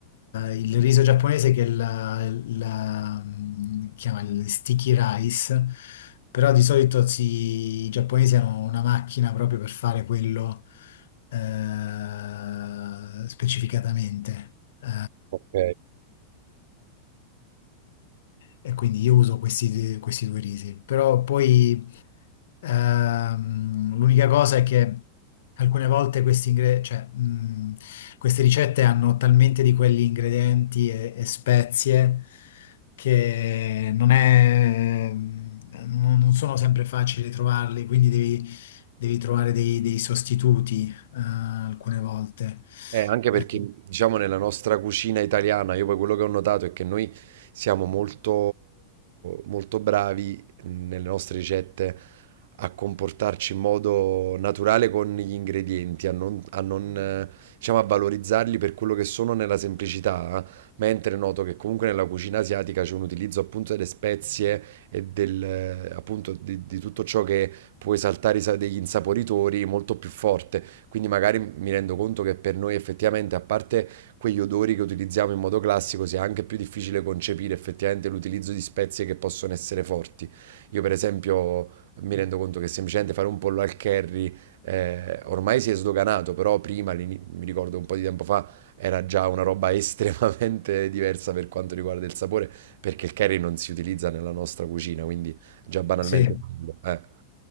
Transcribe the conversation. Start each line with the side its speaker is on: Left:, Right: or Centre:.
Left: il riso giapponese che è la, la- mm, chiama il sticky rice, però di solito si- i giapponesi hanno una macchina proprio per fare quello eh, specificatamente. Eh,
Right: ok.
Left: e quindi io uso questi, questi due risi, però poi Ehm, l'unica cosa è che alcune volte questi ingre- cioè, mh, queste ricette hanno talmente di quegli ingredienti e, e spezie che non è, non non sono sempre facili trovarli, quindi devi, devi trovare dei, dei sostituti, eh, alcune volte.
Right: Eh, anche
Left: Eh,
Right: perché, diciamo, nella nostra cucina italiana, io poi quello che ho notato è che noi siamo molto, molto bravi nelle nostre ricette a comportarci in modo naturale con gli ingredienti, a non, a non, eh, diciamo, a valorizzarli per quello che sono nella semplicità, eh. mentre noto che comunque nella cucina asiatica c'è un utilizzo appunto delle spezie e del, eh, appunto di, di tutto ciò che può esaltare i sa- degli insaporitori molto più forte. Quindi magari mi rendo conto che per noi effettivamente, a parte quegli odori che utilizziamo in modo classico, sia anche più difficile concepire effettivamente l'utilizzo di spezie che possono essere forti. Io per esempio mi rendo conto che semplicemente fare un pollo al curry eh, ormai si è sdoganato, però prima, all'ini- mi ricordo un po' di tempo fa, era già una roba <laughs> estremamente diversa per quanto riguarda il sapore, perché il curry non si utilizza nella nostra cucina, quindi già banalmente
Left: sì.
Right: quello. Eh.